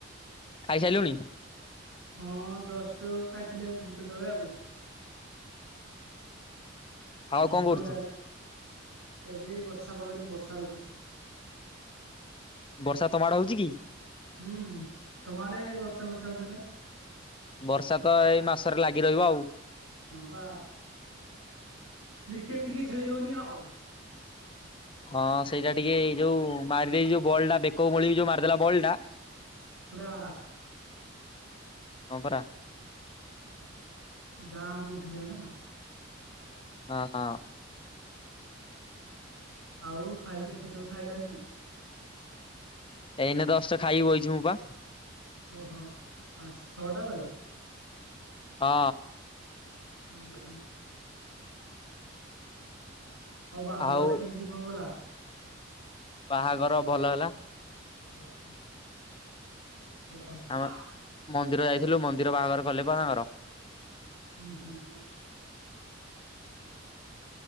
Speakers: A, on the left (about 25°); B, on the right (about 85°).
A: ଖାଇ ସାରିଲୁଣି?
B: ହଁ ଜଷ୍ଟ ଖାଇଥିଲି ଆଉ ଘଣ୍ଟା ତଳେ ଆଉ।
A: ଆଉ
B: ଭାତ
A: କଣ କରୁଛୁ?
B: ଡାଲି ଏବେ ବର୍ଷା ପାଗରେ ବର୍ଷା ଦେଖୁଛି।
A: ବର୍ଷା ତମ ଆଡେ ହଉଛି କି?
B: ହୁଁ ତମ ଆଡେ ବର୍ଷା ବର୍ଷେ ହେଇଛି ନା ନାଇ?
A: ବର୍ଷା ତ ଏଇ ମାସରେ ଲାଗି ରହିବ ଆଉ।
B: ହଁ ବା। କ୍ରିକେଟ ଟିକେ ଖେଳି ହଉନି ଆଉ।
A: ହଁ ସେଇଟା ଟିକେ ଏଇ ଯୋଉ ମାରିଦେଇ ଯୋଉ ବଲ୍ ଟା ବେକ ମଳ ଯୋଉ ମାରିଦେଲା ବଲ୍ ଟା
B: ପୁରା
A: ହଁ ପରା
B: ଦାଁକୁ ଉଠିଲା ନା!
A: ହଁ ହ।
B: ଆଉ ଖାଇଛ କେତେବେଳେ ଖାଇଲ ଆଜି?
A: ଏଇନେ ଦଶଟା ଖାଇକି ବହିଛି ମୁଁ ପା
B: ଓହୋ ପାଞ୍ଚ ଛଅଟା ବେଳେ।
A: ହଁ।
B: ହୁଁ ହୁଁ। ବାହାଘର
A: ଆଉ
B: ଟା କେମିତି କଣ ଗଲା
A: ବାହାଘର ଭଲ ହେଲା?
B: ଓ ହୋ। <unintelligible>
A: ଆମ ମନ୍ଦିର ଯାଇଥିଲୁ ମନ୍ଦିର ବାହାଘର କଲେ ପା ତାଙ୍କର
B: ହୁଁ ହୁଁ।